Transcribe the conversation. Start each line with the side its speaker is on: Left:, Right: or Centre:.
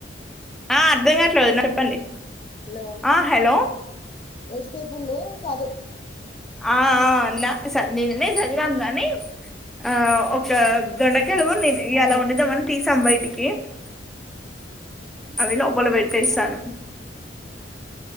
Centre: ఆ అర్ధం గట్లే వదిన చెప్పండి
Left: హలో
Centre: ఆ హలో
Left: వెజిటేబుల్ చదు
Centre: ఆఆ చదిరామ్ గాని ఆ ఒక దొండకెలవేను ఇ
Left: ఆ
Centre: అలా ఉంద్దామని తీటీసాం బయటికి అవి లోపలు పెట్టేస్తను
Left: ఆ